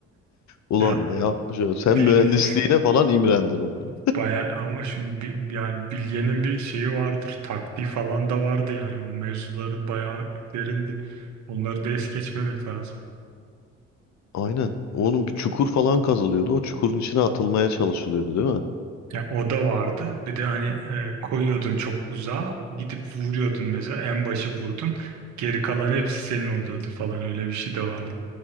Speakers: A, on the left; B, on the right.
A: Ulan
B: Ya
A: ne yapmış o? Sen
B: bir
A: mühendisliğine
B: bir-
A: falan imrendin onun.
B: <laughs> bayağı ama şimdi bir, yani Bilge'nin bir şeyi vardır. Taktiği falan da vardı yani. O mevzuları bayağı derindi. Onları da es geçmemek lazım.
A: Aynen. Onun bir çukur falan kazılıyordu. O çukurun içine atılmaya çalışılıyordu değil mi?
B: Ya o da vardı. Bir de hani e, koyuyordun çok uzağa gidip vuruyordun mesela en başı vurdun. Geri kalan hepsi senin oluyordu falan öyle bir şey de vardı.